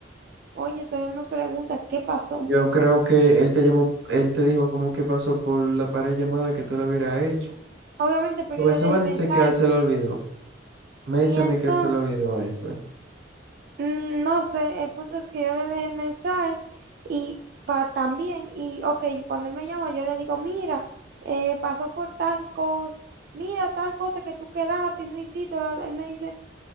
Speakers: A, on the right; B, on the right.
A: Oye, todavía me pregunta, ¿qué pasó?
B: Yo creo que él te llamó, él te dijo como que pasó por la pared llamada que tú le hubieras hecho.
A: Obviamente, pues
B: Tu
A: yo
B: vez
A: le dejé
B: me dice
A: mensajes.
B: que a él se lo olvidó. Me
A: Y
B: dice
A: entonces,
B: a mí que él se lo olvidó, ahí fue.
A: mm, no sé, el punto es que yo le dejé mensajes y pa también, y ok, cuando él me llama, yo le digo, mira, eh, pasó por tal cosa, mira tal cosa que tú quedaste y no hiciste. Bla, bla. Él me dice,